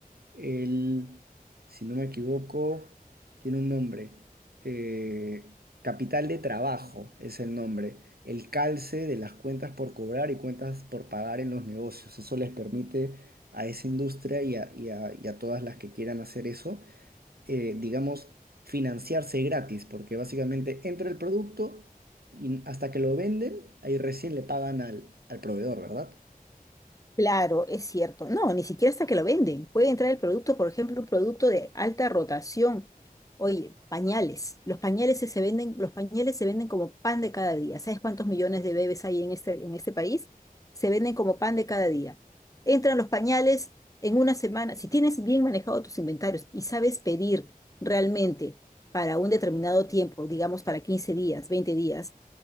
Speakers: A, on the right (about 90°); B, on the left (about 20°).
A: Él, si no me equivoco, tiene un nombre. eh, Capital de Trabajo es el nombre. El calce de las cuentas por cobrar y cuentas por pagar en los negocios. Eso les permite a esa industria y a, y a- y a todas las que quieran hacer eso, eh, digamos, financiarse gratis, porque básicamente entra el producto y hasta que lo venden, ahí recién le pagan al al proveedor, ¿verdad?
B: Claro, es cierto. No, ni siquiera hasta que lo venden. Puede entrar el producto, por ejemplo, un producto de alta rotación. Oye, pañales. Los pañales se se venden, los pañales se venden como pan de cada día. ¿Sabes cuántos millones de bebés hay en este, en este país? Se venden como pan de cada día. Entran los pañales en una semana. Si tienes bien manejado tus inventarios y sabes pedir realmente para un determinado tiempo, digamos para 15 días, 20 días,